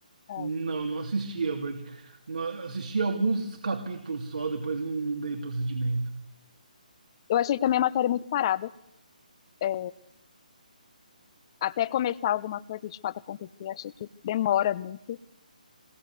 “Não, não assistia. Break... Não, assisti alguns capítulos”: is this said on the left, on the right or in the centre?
Right